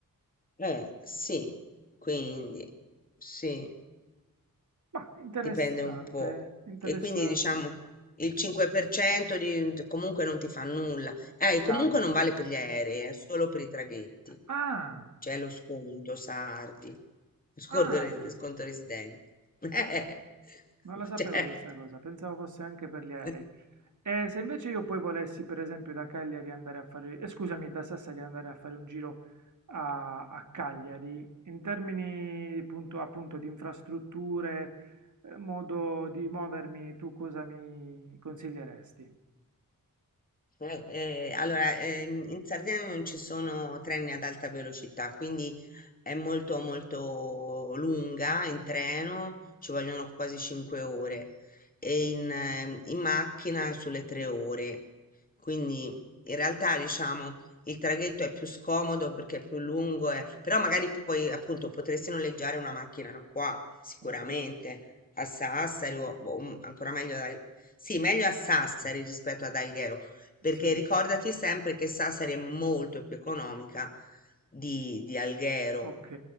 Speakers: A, on the left; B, on the right.
A: eh, sì, quindi sì,
B: Ma interessante,
A: dipende un po'.
B: interessante.
A: E quindi diciamo il
B: Sì,
A: 5% di- comunque non ti fa nulla. Eh, e
B: chiaro.
A: comunque non vale per gli aerei, è solo per i traghetti.
B: Ah,
A: C'è lo sconto, sardi, sconto,
B: ah,
A: re- sconto residente. <laughs> Eh,
B: Non la sapevo
A: certo.
B: questa cosa, pensavo fosse anche per gli aerei.
A: <laughs>
B: E se invece io poi volessi, per esempio, da Cagliari andare a fare, eh, scusami, da Sassari andare a fare un giro a, a Cagliari, in termini appunto, appunto di infrastrutture, eh, modo di movermi, tu cosa mi consiglieresti?
A: Eh, eh, allora, ehm, in Sardegna non ci sono treni ad alta velocità, quindi è molto molto lunga in treno, ci vogliono quasi 5 ore e in, ehm, in macchina sulle 3 ore. Quindi in realtà diciamo il traghetto è più scomodo perché è più lungo, e- però magari poi appunto potresti noleggiare una macchina qua sicuramente
B: Ok,
A: a Sassari
B: ok,
A: o, o, mm, ancora meglio da- sì, meglio a Sassari rispetto ad Alghero perché
B: sì,
A: ricordati sempre che Sassari è molto più economica di, di Alghero,
B: ok.